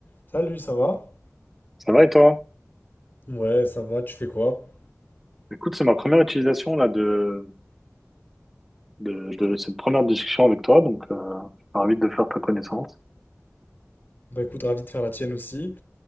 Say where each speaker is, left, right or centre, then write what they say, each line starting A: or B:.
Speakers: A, on the left; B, in the centre.
A: Salut, ça va?
B: Ça va et toi?
A: Ouais, ça va, tu fais quoi?
B: Écoute, c'est ma première utilisation là de, de, de cette première discussion avec toi, donc euh, je suis ravi de faire ta connaissance.
A: Bah écoute, ravi de faire la tienne aussi.